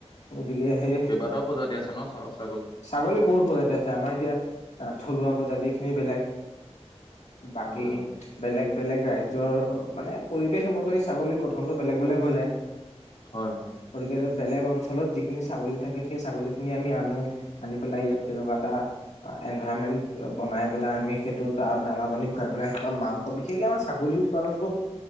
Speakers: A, on the left (about 80°); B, on the left (about 45°).
A: গতিকে সেই
B: কেইবাটাও প্ৰজাতি আছে ন ছা ছা।
A: ছাগলী বহুত প্ৰজাতি আছে আমাৰ এতিয়া। থলুৱা প্ৰজাতি খিনি বেলেগ। বাকী
B: হয় অ
A: বেলেগ বেলেগ। ৰাইজৰ মানে পৰিৱেশ অনুসৰি ছাগলী গঠনটো বেলেগ বেলেগ হৈ যায়।
B: হয়, হয়।
A: গতিকে বেলেগ অঞ্চলত যিখিনি ছাগলী থাকে। সেই ছাগলীখিনি আমি আনো। আনি পেলাই ইয়াত তেনেকুৱা এটা এনভাইৰনমেন্ট বনাই পেলাই। আমি সেইটো তাৰ দানা পানী খুৱাই পেলাই সিহঁত মাংস বিশেষকে আমাৰ ছাগলী উৎপাদন কৰো